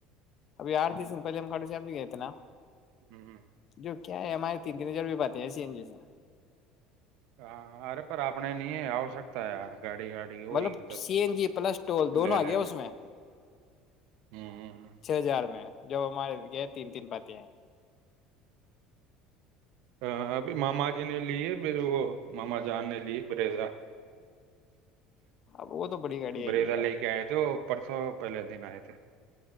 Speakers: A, on the left; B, on the right.
A: ابھی آار پہلے ہم ک سم گئے اتنا
B: ہ
A: جو کیا ہے ہمارے تین تین ہزار روپئے باتے ہیں سی این جی سے
B: ہاں ارے پر اپنے نہیں آشکتا ہے یار گاڑی واڑی ہوئے
A: مطلب
B: گی تب
A: C N G plus toll دونوں
B: لے
A: آ
B: لیں
A: گیا اس میں
B: گے ہوں
A: چھ ہزار میں جب ہمارے گ تین تین بات
B: ہ ابھی ماما جی نے لیے وہ ماما جان نے لی بریزا
A: اب وہ تو بڑی گاڑی آئے
B: بریزا
A: گی یار
B: لے کے آئے تھ وہ پرسوں پہلے دن آئے تھے